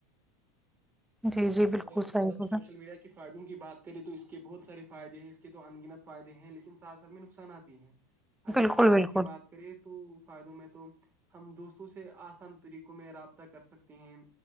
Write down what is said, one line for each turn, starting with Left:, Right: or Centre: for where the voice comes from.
Centre: جی جی بالکل
Right: اگر
Centre: صحیح
Right: مطلب
Centre: بولا
Right: سوشل میڈیا اس فائدوں کی بات کریں تو اس کے بہت سارے فائدے ہیں اس کے تو انگنت فائدے ہیں لیکن سال سال میں نقصانات بھی ہیں اگر
Centre: بالکل
Right: فائدوں
Centre: بالکل
Right: کی بات کرے تو فائدوں میں تو ہم دوستوں سے آسان طریقوں میں رابطہ کر سکتے ہیں